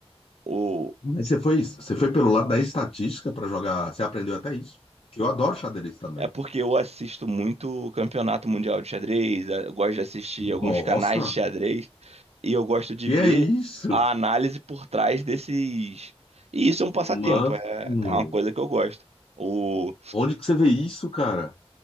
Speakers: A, on the right (about 80°); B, on the left (about 60°).
A: o...
B: Mas você foi, você foi pelo lado da estatística para jogar, você aprendeu até isso. Que eu adoro xadrez também.
A: é porque eu assisto muito Campeonato Mundial de Xadrez, eu gosto de assistir alguns
B: Nossa,
A: canais de xadrez, e eu gosto de
B: que
A: ver
B: é isso?
A: a análise por trás desses. E isso é um passatempo,
B: Mano,
A: é, é uma coisa que eu gosto. O,
B: onde que você vê isso, cara?